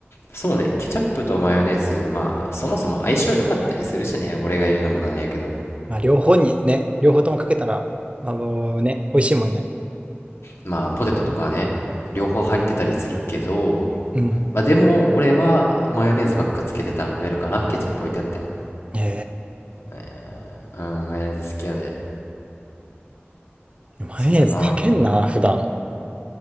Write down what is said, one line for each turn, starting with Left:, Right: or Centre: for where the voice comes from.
Left: そうね、ケチャップとマヨネーズ、まあ、そもそも相性良かったりするしね、俺が言うのもなんやけど、
Right: まあ、両方にね、両方ともかけたら、まあ、もうね、美味しいもんね。
Left: まあ、ポテトとかはね、両方入ってたりするけど、
Right: うん。
Left: まあ、でも、俺はマヨネーズばっかつけて食べるかな、ケチャップ置いてあっても。
Right: え
Left: えうん、マヨネーズ好きやで。
Right: ー、マヨネーズかけんな、
Left: そうやな。
Right: 普段。